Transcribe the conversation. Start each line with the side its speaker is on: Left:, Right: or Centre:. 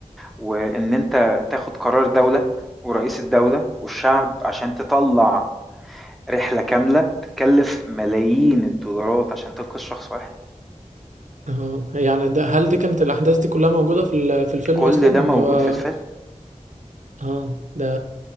Centre: وإن أنت تاخد قرار دولة ورئيس الدولة والشعب عشان تطلّع رحلة كاملة تتكلف ملايين الدولارات عشان تنقذ شخص واحد،
Right: اه يعني ده هل دي كانت الأحداث دي كلها موجودة في ال- في الفيلم
Centre: كل
Right: أصلا
Centre: ده موجود
Right: اللي هو
Centre: في الفيلم،
Right: اه ده